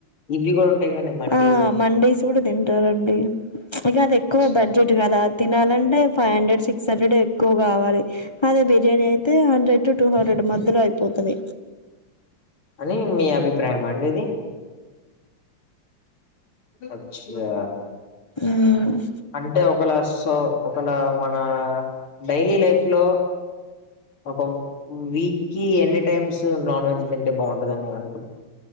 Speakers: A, on the left; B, on the left.
A: ఇవి కూడా ఉంటాయిగా అండి మండీస్
B: ఆ
A: అని
B: మండీస్ కూడా తింటారండి ఇక అది ఎక్కువ
A: అచ్చా.
B: బడ్జెట్ కు గదా తినాలంటే ఫైవ్ హండ్రెడ్ సిక్స్ హండ్రెడ్ ఎక్కువ కావాలి అదే బి ర్యానీ అయితే హండ్రెడ్ టు టూ హండ్రెడ్ మధ్యలో అయిపోతుది
A: అని మీ అభిప్రాయమా అండి ఇది అచ్చా
B: ఉమ్
A: అంటే ఒకవేళ సో ఒకవేళ మన డైలీ లైఫ్ లో ఒక వీక్ కి ఎన్ని టైమ్స్ నాన్ వెజ్ తింటే బావుంటది అని నువ్వు అన్